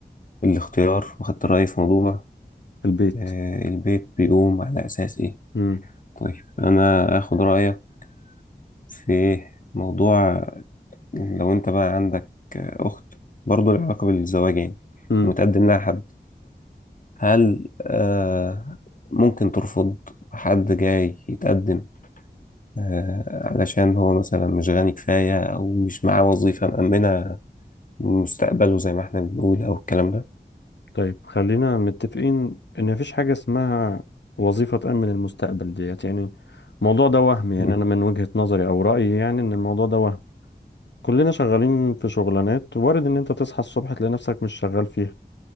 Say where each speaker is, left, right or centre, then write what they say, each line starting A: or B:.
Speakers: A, on the left; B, on the left.
A: الاختيار وخدت رأيي في موضوع
B: البيت
A: آه، البيت بيقوم على أساس ايه
B: مم.
A: طيب انا اخد رأيك في موضوع لو انت بقى عندك اخت برضو لها علاقة بالزواج يعني
B: مم.
A: ومتقدم لها حد هل آه ممكن ترفض حد جاي يتقدم آه علشان هو مثلا مش غني كفاية او مش معاه وظيفة مأمنة مستقبله زي ما احنا بنقول او الكلام ده
B: طيب خلينا متفقين إن مفيش حاجة اسمها وظيفة تأمن المستقبل ديت يعني الموضوع ده وهم يعني
A: مم.
B: أنا من وجهة نظري أو رأيي يعني إن الموضوع ده وهم كلنا شغالين في شغلانات وارد إن أنت تصحى الصبح تلاقي نفسك مش شغال فيها